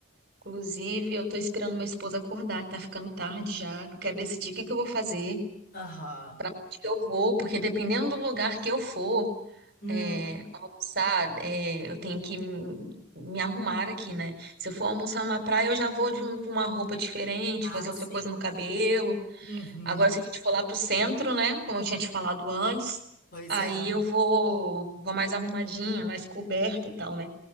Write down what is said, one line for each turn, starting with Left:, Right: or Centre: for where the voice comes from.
Right: Inclusive, eu tô esperando meu esposo acordar, que tá ficando tarde já. que Eu quero decidir o que que eu vou fazer.
Left: Aham.
Right: para onde que eu vou, porque dependendo do lugar que eu for,
Left: Hum.
Right: é, almoçar, é, eu tenho que me me arrumar aqui, né? Se eu for almoçar numa praia, eu já vou de um- com uma roupa diferente,
Left: Ah,
Right: fazer outra
Left: sim.
Right: coisa no cabelo.
Left: Uhum.
Right: Agora, se a gente for lá pro centro, né? Como eu tinha te falado antes,
Left: Pois
Right: aí
Left: é.
Right: eu vou, vou mais arrumadinha, mais coberta e tal, né?